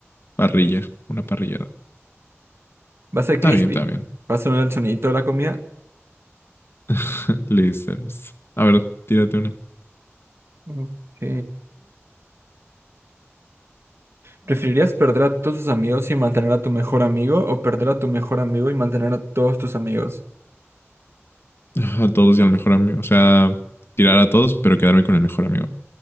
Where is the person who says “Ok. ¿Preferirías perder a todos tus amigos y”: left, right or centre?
Right